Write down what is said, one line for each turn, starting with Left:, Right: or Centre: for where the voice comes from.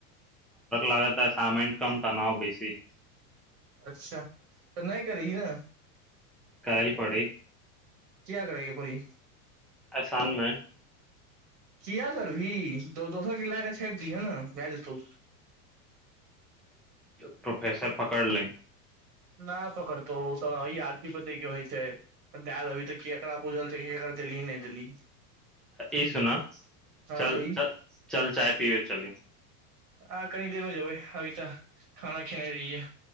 Centre: लागमेंट कम तऽ बैस
Right: अच्छा तऽ नहि करी ने
Centre: कड़ल पोड़
Right: क्य करेग परी
Centre: असाइनमेन्ट
Right: किया करबी तो दोसर क लै क दी ह ने बए जेतू
Centre: प्रोफेसर पकड़ ले
Right: नहि पकड़तौ ओ त आदमी पे के होइ छै दए देबी तऽ केकरा बुझल छै केकरा देली नहि देली
Centre: ई सुना चल
Right: कही
Centre: चल चाय पीबे चली
Right: आ कनी देर मे जेबै अभी तऽ खाना खेने रहियै